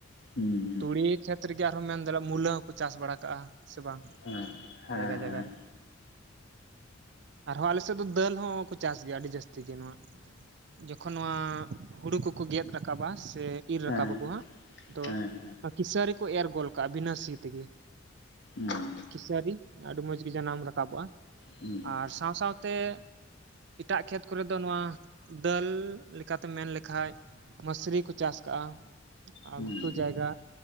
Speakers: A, on the left; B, on the right.
A: ᱦᱩᱸ ᱦᱩᱸ᱾
B: ᱛᱩᱲᱤ ᱠᱷᱮᱛ ᱨᱮᱜᱮ ᱟᱨᱦᱚᱢ ᱢᱮᱱ ᱫᱟᱲᱮᱭᱟᱜ-ᱟ ᱢᱩᱞᱟᱹ ᱦᱚᱸᱠᱚ ᱪᱟᱥ ᱵᱟᱲᱟ ᱠᱟᱜᱼᱟ ᱥᱮ ᱵᱟᱝ?
A: ᱦᱮᱸ ᱦᱮᱸ
B: ᱡᱟᱭᱜᱟ ᱡᱟᱭᱜᱟ
A: ᱦᱮᱸ᱾
B: ᱨᱮ ᱟᱨᱦᱚᱸ ᱟᱞᱮ ᱥᱮᱫ ᱫᱚ ᱫᱟᱹᱞ ᱦᱚᱸᱠᱚ ᱪᱟᱥ ᱜᱮᱭᱟ ᱟᱹᱰᱤ ᱡᱟᱹᱥᱛᱤ ᱜᱮ ᱱᱚᱣᱟᱼᱼ ᱡᱚᱠᱷᱚᱱ ᱱᱚᱣᱟ ᱦᱩᱲᱩ ᱠᱚᱠᱚ ᱜᱮᱫ ᱨᱟᱠᱟᱵᱟ ᱥᱮ ᱤᱨ
A: ᱦᱮᱸ
B: ᱨᱟᱠᱟᱵᱟᱠᱚ ᱦᱟᱸᱜ ᱛᱚ
A: ᱦᱮᱸ
B: ᱠᱤᱥᱟᱹᱨᱤ ᱠᱚ ᱮᱨ ᱜᱚᱫ ᱠᱟᱜᱼᱟ ᱵᱤᱱᱟᱹ ᱥᱤ ᱛᱮᱜᱮ᱾
A: ᱦᱮᱸ
B: ᱠᱮᱥᱟᱹᱨᱤ ᱟᱹᱰᱤ ᱢᱚᱡᱽ ᱜᱮ ᱡᱟᱱᱟᱢ ᱨᱟᱠᱟᱵᱚᱜᱼᱟ᱾
A: ᱦᱩᱸ
B: ᱟᱨ ᱥᱟᱶ ᱥᱟᱶᱛᱮ ᱮᱴᱟᱜ ᱠᱷᱮᱛ ᱠᱚᱨᱮ ᱫᱚ ᱱᱚᱣᱟ ᱫᱟᱹᱞ ᱞᱮᱠᱟᱛᱮᱢ ᱢᱮᱱ ᱞᱮᱠᱷᱟᱭᱼᱼ ᱢᱟᱥᱨᱤ ᱠᱚ ᱪᱟᱥ ᱠᱟᱜᱼᱟ ᱟᱨ
A: ᱦᱩᱸ
B: ᱜᱷᱩᱴᱩ ᱡᱟᱭᱜᱟ